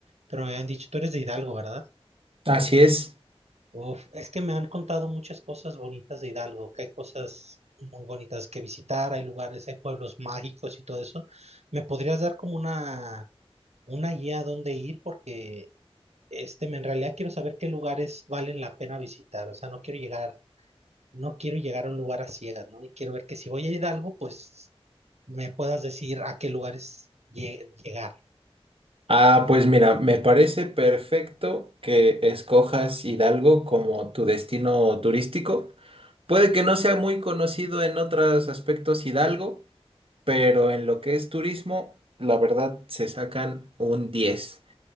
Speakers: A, on the right; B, on the right.
A: pero me habían dicho, tú eres de Hidalgo, ¿verdad?
B: Así es.
A: Uf, es que me han contado muchas cosas bonitas de Hidalgo, que hay cosas muy bonitas que visitar, hay lugares, hay pueblos mágicos y todo eso. ¿Me podrías dar como una una guía a dónde ir porque este, en realidad quiero saber qué lugares valen la pena visitar. O sea, no quiero llegar, no quiero llegar a un lugar a ciegas, ¿no? Y quiero ver que si voy a Hidalgo, pues me puedas decir a qué lugares lle- llegar.
B: Ah, pues mira, me parece perfecto que escojas Hidalgo como tu destino turístico. Puede que no sea muy conocido en otros aspectos Hidalgo, pero en lo que es turismo, la verdad se sacan un 10.